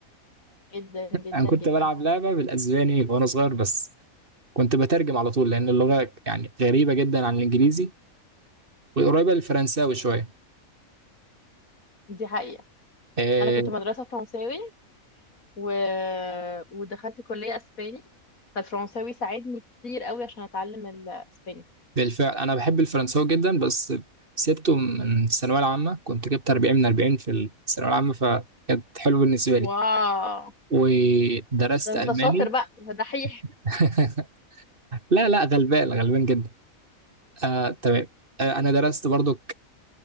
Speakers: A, on the left; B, on the right.
A: جدا جدا
B: انا كنت
A: جدا
B: بلعب لعبه بالاسباني وانا صغير بس كنت بترجم على طول لان اللغه يعني غريبه جدا عن الانجليزي وقريبه للفرنساوي شويه
A: دي حقيقة
B: آه،
A: انا كنت مدرسة فرنساوي و... ودخلت كلية اسباني فالفرنساوي ساعدني كتير قوي عشان اتعلم الاسباني
B: بالفعل انا بحب الفرنساوي جدا بس سبته من الثانويه العامه كنت جبت 40 من 40 في الثانويه العامه فكانت حلوه بالنسبه لي
A: واو
B: ودرست
A: ده انت
B: الماني
A: شاطر بقى ده دحيح
B: <laughs> لا لا غلبان غلبان جدا آه تمام آه انا درست برضو